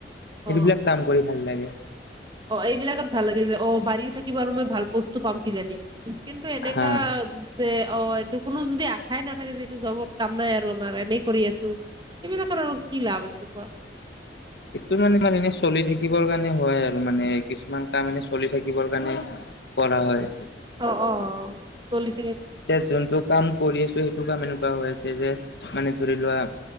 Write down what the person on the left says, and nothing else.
সেইবিলাক
কাম কৰি ভাল লাগে।
হা
সটো মানে ত এনে চলি থাকিবৰ কাৰণে হয় আৰু মানে কিছুমান কাম এনে চলি থাকিবৰ কাৰণে, কৰা হয়।
এতিয়া যোনটো কাম কৰি আছো সেইটো কাম এনেকুৱা হৈ আছে যে মানে ধৰি লোৱা।